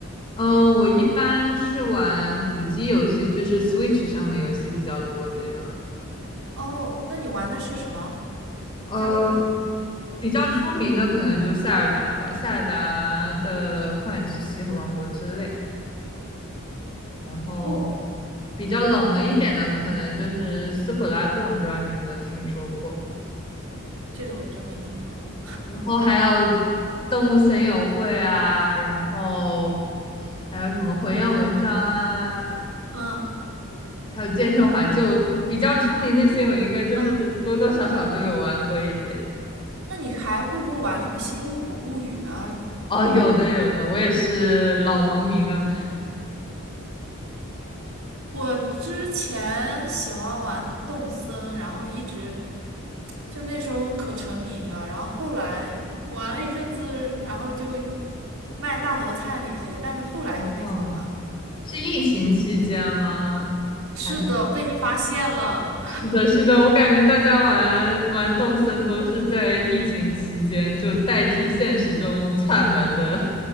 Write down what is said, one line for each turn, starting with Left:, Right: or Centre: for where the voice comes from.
Left: 嗯，呃我一般是玩主机游戏，就是 Switch 上的游戏比较多，这样。
Right: 哦，那你玩的是什么？
Left: 呃，
Right: 叫什么名字？
Left: 比较出名的可能就塞尔达吧，塞尔达的旷野之息和王国之泪。然后
Right: 哦，
Left: 比较冷门一点的，可能就是斯普拉顿，我不知道你有没有听说过。
Right: 这个我真没听说过。
Left: 然后还有动物森友会啊，然后还有什么火焰文章啊，
Right: 嗯，
Left: 还有健身环，
Right: 那你，
Left: 就比较出名那些，我应该就是多多少少都有玩过一点。
Right: 嗯，那你还会不会玩什么《星露谷物语》啊什么的？
Left: 哦，有的有的，我也是老农民了。
Right: 我之前喜欢玩动森，然后一直就那时候可沉迷了，然后后来玩了一阵子，然后就卖大头菜那些，但是后来就没怎么玩了。
Left: 哦，是疫情期间吗？
Right: 是的，
Left: 还是
Right: 被你发现了。
Left: 是的，是的，我感觉大家玩玩动森都是在疫情期间，就代替现实中串门的